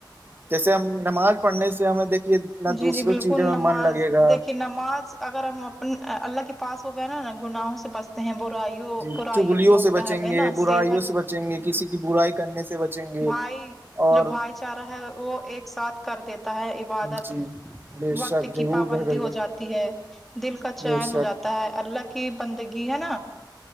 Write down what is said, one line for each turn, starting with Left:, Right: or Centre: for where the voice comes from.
Right: جیسے ہم نماز پڑھنے سے ہمیں دیکھیے نہ
Centre: جی
Right: دوسروں
Centre: جی بالکل
Right: چیزوں میں
Centre: نماز
Right: من لگے گا
Centre: دیکھی ن نماز اگر ہم اپ اللہ کے پاس ہو گئے نا نا گناہوں سے بس ہیں برائیوں
Right: جی
Centre: برائی
Right: چگلیوں
Centre: روکتا
Right: سے بچیں
Centre: ہے ہمیں
Right: گے
Centre: نا
Right: برائیوں
Centre: صحت
Right: سے بچیں گے کسی کی برائی کرنے سے بچیں گے
Centre: بھائی
Right: اور
Centre: جو بھائی چارہ ہے وہ ایک ساتھ کر دیتا ہے عبادت
Right: جی بے
Centre: وقت
Right: شک
Centre: کی
Right: ضرور
Centre: پابندی
Right: کر کر
Centre: ہو
Right: کے
Centre: جاتی ہے دل کا چن
Right: بے
Centre: ہو
Right: شک
Centre: جاتا اللہ کی بندگی ہے نا